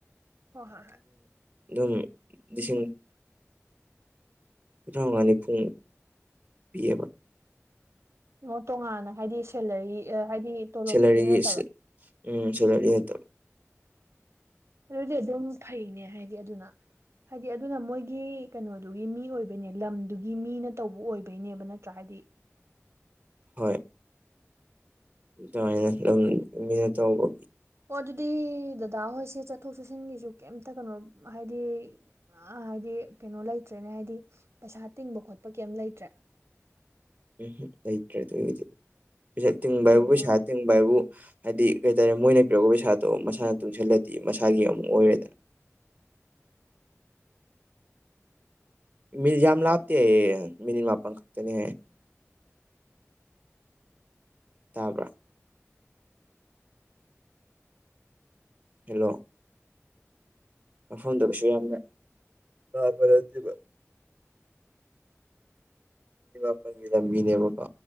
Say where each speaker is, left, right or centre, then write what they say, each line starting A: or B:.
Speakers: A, on the right; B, on the right.
A: ꯍꯣꯏ ꯍꯣꯏ ꯍꯣꯏ
B: ꯑꯗꯨꯝ ꯂꯤꯁꯤꯡ ꯊꯉꯅꯤ ꯐꯨꯡ ꯄꯤꯌꯦꯕ
A: ꯑꯣ ꯇꯣꯉꯥꯟꯅ ꯍꯥꯏꯗꯤ ꯁꯦꯂꯔꯤ ꯍꯥꯏꯗꯤ ꯇꯣꯂꯣꯞꯇꯨꯗ
B: ꯁꯦꯂꯔꯤꯒꯤ
A: ꯅꯠꯇꯕ
B: ꯎꯝ ꯁꯦꯂꯔꯤ ꯅꯠꯇꯕ
A: ꯑꯗꯨꯗꯤ ꯑꯗꯨꯝ ꯐꯩꯅꯦ ꯍꯥꯏꯗꯤ ꯑꯗꯨꯅ ꯍꯥꯏꯗꯤ ꯑꯗꯨꯅ ꯃꯣꯏꯒꯤ ꯀꯩꯅꯣꯗꯨꯒꯤ ꯃꯤ ꯑꯣꯏꯕꯩꯅꯦ ꯂꯝꯗꯨꯒꯤ ꯃꯤꯅ ꯇꯧꯕ ꯑꯣꯏꯕꯩꯅꯦꯕ ꯅꯠꯇ꯭ꯔꯥ ꯍꯥꯏꯗꯤ
B: ꯍꯣꯏ ꯑꯗꯨꯃꯥꯏꯅ ꯑꯗꯨꯝ ꯃꯤꯅ ꯇꯧꯕ
A: ꯑꯣ ꯑꯗꯨꯗꯤ ꯗꯗꯥ ꯍꯣꯏꯁꯦ ꯆꯠꯊꯣꯛ ꯆꯠꯁꯤꯟꯒꯤꯁꯨ ꯀꯩꯝꯇ ꯀꯩꯅꯣ ꯍꯥꯏꯗꯤ ꯑ ꯍꯥꯏꯗꯤ ꯀꯩꯅꯣ ꯂꯩꯇ꯭ꯔꯦꯅꯦ ꯍꯥꯏꯗꯤ ꯄꯩꯁꯥ ꯇꯤꯡꯕ ꯈꯣꯠꯄ ꯀꯩꯝ ꯂꯩꯇ꯭ꯔꯦ
B: ꯎꯝ ꯂꯩꯇ꯭ꯔꯦ ꯑꯗꯨꯒꯤꯗꯤ ꯄꯩꯁ ꯇꯤꯡꯕ
A: ꯐꯩꯅꯦ
B: ꯍꯥꯏꯕꯨ ꯄꯩꯁꯥ
A: ꯌꯥꯝ
B: ꯇꯤꯡꯕ ꯍꯥꯏꯕꯨ ꯍꯥꯏꯗꯤ ꯀꯩꯇꯥꯔꯦ ꯃꯣꯏꯅ ꯄꯤꯔꯛꯄ ꯄꯩꯁꯥꯗꯣ ꯃꯁꯥꯅ ꯇꯨꯡꯁꯤꯜꯂꯗꯤ ꯃꯁꯥꯒꯤ ꯑꯃꯨꯛ ꯑꯣꯏꯔꯦꯗꯅ ꯃꯤꯜ ꯌꯥꯝ ꯂꯥꯞꯇꯦ ꯑꯩꯌꯦ ꯃꯤꯅꯤꯠ ꯃꯥꯄꯜ ꯈꯛꯇꯅꯦ ꯇꯥꯕ꯭ꯔꯥ ꯍꯜꯂꯣ ꯃꯐꯝꯗꯕꯨꯁꯨ ꯌꯥꯝꯅ ꯂꯥꯕ ꯅꯠꯇꯦꯕ ꯃꯥꯄꯒꯤ ꯂꯝꯕꯤꯅꯦꯕꯀꯣ